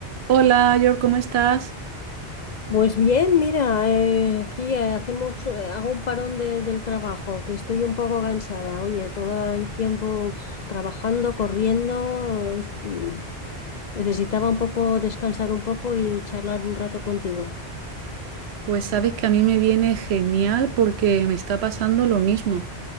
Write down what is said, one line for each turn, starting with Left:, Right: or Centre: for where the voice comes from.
Right: Hola, York, ¿cómo estás?
Left: Pues bien, mira, eh, aquí eh, hacemos, eh, hago un parón de- del trabajo, que estoy un poco cansada. Oye, todo el tiempo uf, trabajando, corriendo, es- mm, necesitaba un poco descansar un poco y charlar un rato contigo.
Right: Pues sabes que a mí me viene genial porque me está pasando lo mismo.